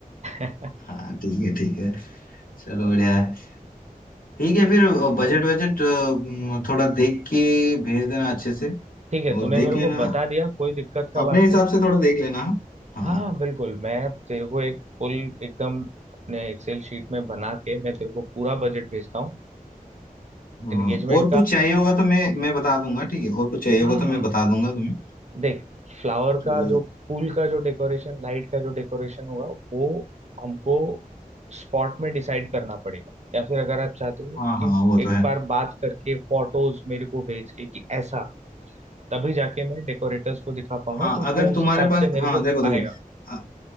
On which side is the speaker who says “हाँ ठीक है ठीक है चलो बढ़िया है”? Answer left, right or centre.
Left